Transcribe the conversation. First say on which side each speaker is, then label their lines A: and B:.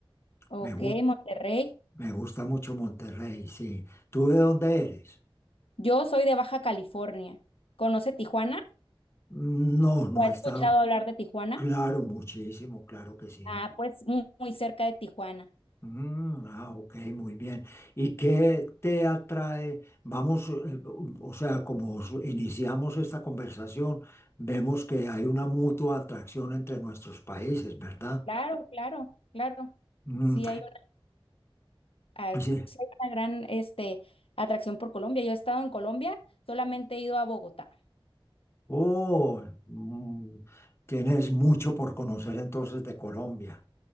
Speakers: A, on the left; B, on the left.
A: Ok,
B: Me, gu-
A: Monterrey.
B: me gusta mucho Monterrey, sí. ¿Tú de dónde eres?
A: Yo soy de Baja California. ¿Conoce Tijuana?
B: Mm, No, no
A: ¿O ha escuchado
B: estaba.
A: hablar de Tijuana?
B: Claro, muchísimo, claro que sí.
A: Ah, pues mu- muy, cerca de Tijuana.
B: Mm, ah, ok, muy bien. ¿Y qué te atrae? Vamos, eh, o o sea, como s- iniciamos esta conversación, vemos que hay una mutua atracción entre nuestros países, ¿verdad?
A: Claro, claro, claro.
B: Mm,
A: Sí hay una, ah,
B: Sí.
A: sí hay una gran este, atracción por Colombia. Yo he estado en Colombia, solamente he ido a Bogotá.
B: Oh, mm, tienes mucho por conocer entonces de Colombia.